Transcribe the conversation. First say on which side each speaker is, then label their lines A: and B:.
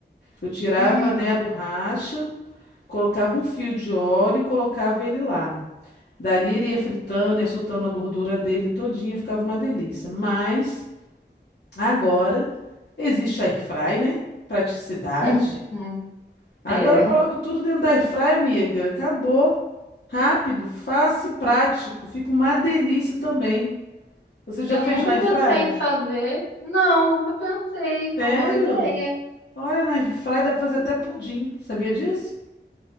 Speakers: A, on the left (about 65°); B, on the left (about 90°).
A: Eu tirava,
B: Hum,
A: né, a borracha, colocava um fio de óleo e colocava ele lá. Dali ele ia fritando, ia soltando a gordura dele todinha, ficava uma delícia. Mas Agora existe air fry, né? Praticidade.
B: hum, hum.
A: Agora
B: É.
A: eu coloco tudo dentro da air fry, amiga. Acabou. Rápido, fácil e prático. Fica uma delícia também. Você já
B: Eu
A: fez
B: nunca
A: na air
B: pensei
A: fry?
B: em fazer. Não, nunca pensei.
A: Sério?
B: Uma boa ideia.
A: Olha, na air fry dá pra fazer até pudim.
B: Hum.
A: Sabia disso?